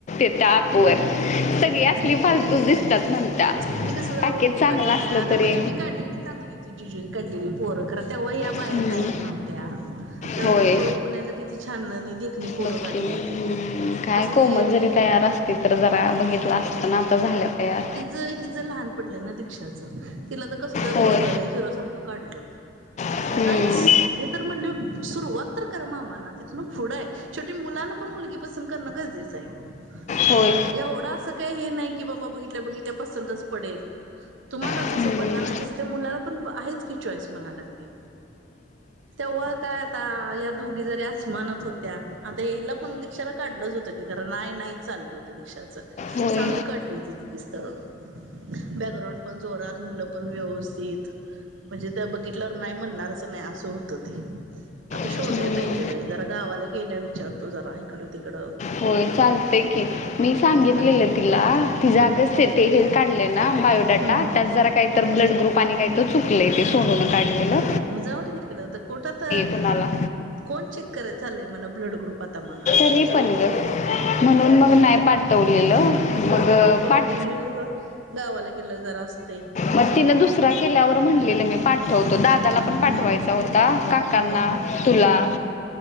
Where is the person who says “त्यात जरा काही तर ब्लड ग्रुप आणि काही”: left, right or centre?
Left